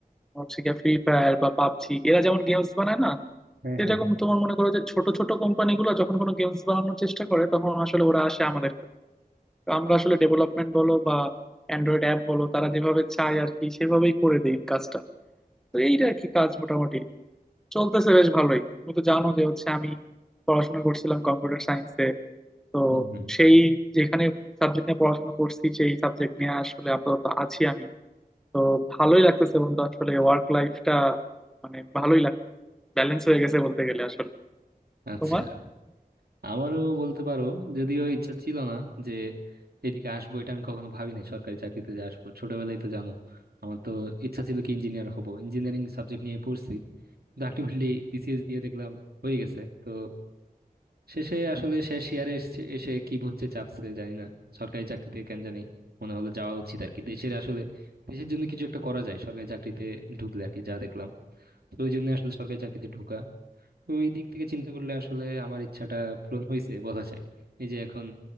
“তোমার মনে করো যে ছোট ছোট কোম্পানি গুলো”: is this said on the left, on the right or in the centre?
Centre